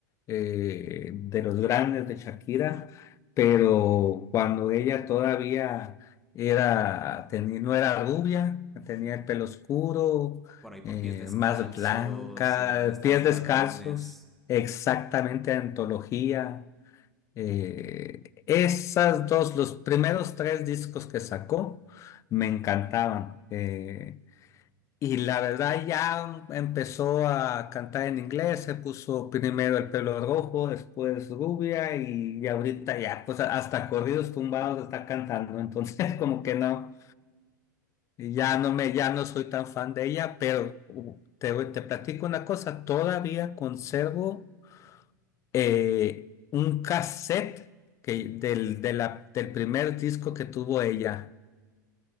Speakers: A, on the left; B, in the centre.
A: eh, de los grandes de Shakira, pero cuando ella todavía era, tenía, no era rubia, tenía el pelo oscuro,
B: Por ahí por
A: eh,
B: pies descalzos,
A: más blanca,
B: eh, ¿dónde están
A: pies
B: los
A: descalzos,
B: ladrones?
A: exactamente antología. eh, esas dos, los primeros tres discos que sacó me encantaban. eh, y la verdad ya empezó a cantar en inglés, se puso primero el pelo rojo, después rubia y, y ahorita ya, pues a- hasta corridos tumbados está cantando, entonces <laughs> como que no, ya no me, ya no soy tan fan de ella, pero uh, te, voy- te platico una cosa, todavía conservo eh, un cassette que, del, de la- del primer disco que tuvo ella.